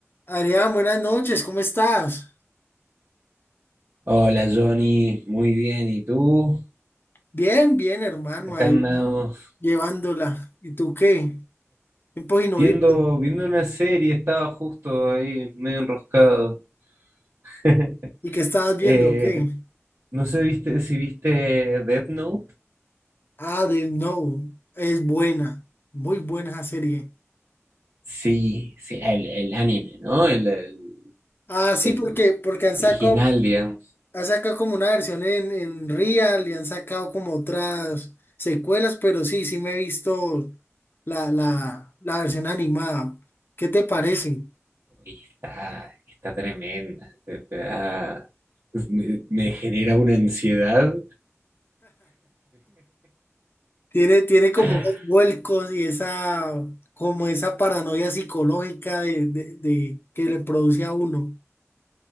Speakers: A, on the left; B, on the right.
A: Adrián, buenas noches, ¿cómo estás?
B: Hola Johnny, muy bien. ¿Y tú?
A: Bien, bien, hermano,
B: Acá
A: ahí
B: andamos
A: llevándola. ¿Y tú qué? Tiempo sin oírte.
B: viendo, viendo una serie, estaba justo ahí medio enroscado. <laughs>
A: ¿Y qué estabas viendo?
B: Eh,
A: ¿Qué?
B: no sé viste, si viste Death Note.
A: Ah, de No, es buena, muy buena esa serie.
B: Sí, sí, el, el anime, ¿no? El, el-
A: Ah, sí,
B: el
A: porque, porque han
B: original,
A: sacado,
B: digamos.
A: han sacado como una versión en, en Real y han sacado como otras secuelas, pero sí, sí me he visto la, la, la versión animada. ¿Qué te parece?
B: Y está, está tremenda. te- te da- me, me genera una ansiedad.
A: Tiene, tiene como
B: <laughs>
A: esos vuelcos y esa, como esa paranoia psicológica de, de- de- que le produce a uno.